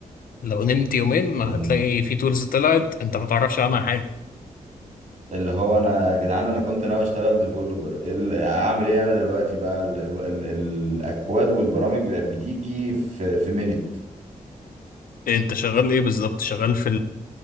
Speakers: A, on the left; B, on the right.
A: لو نمت يومين هتلاقي
B: إن
A: في تولز طلعت انت ما تعرفش عنها حاجة
B: اللي هو انا يا جدعان انا كنت ناوي اشتغل ديفلوبر اعمل ايه انا دلوقتي بقى ال ال ال الاكواد والبرامج بقت بتيجي في في minute
A: انت شغال ايه بالظبط شغال في